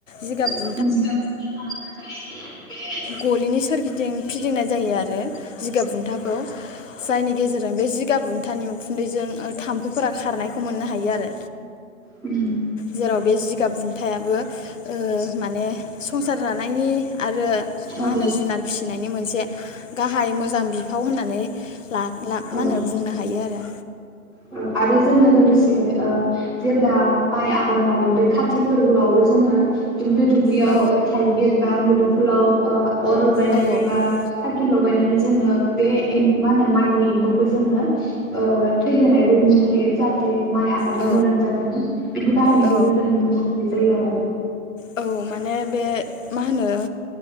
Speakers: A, on the left (about 60°); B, in the centre.
A: जिगाब बुन
B: ओं जिगाब बुनथा खालामनानै बे
A: गलिनि सोरगिदिं फिदिंनाय जायो आरो जिगाब बुन्थाखौ जायनि गेजेरजों बे जिगाब बुन्थानि उखुन्दैजों ओ थाम्फैफोरा खारनायखौ मोननो हायो आरो
B: उम
A: जेराव बे जिगाब बुन्थायाबो ओ माने संसार जानायनि आरो
B: औ
A: मा होनो जुनार फिसिनायनि मोनसे गाहाय मोजां बिफाव होननानै ला लाब मा
B: औ
A: होनो बुंनो हायो आरो।
B: औ आरो जोङो लोगोसे ओ जेब्ला माइ आबाद मावगोन बे कार्तिक फोरबोआवबो जोङो दुब्लि दुब्लियाव
A: औ
B: ओ थाइगिर बा मुदुम लाव ओ अर लगायनानै
A: औ
B: बा सब लगायनानै जोङो बे मा होनो माइनि एम्फौखो जोङो ओ थै होनायबो नुनो हायो। जाथे माइ आबादा
A: औ
B: मोजां जाथों बिनि बाहायनिखौबो
A: औ
B: जों मोननो हानायसै जायो आरो‌।
A: औ माने बे मा होनो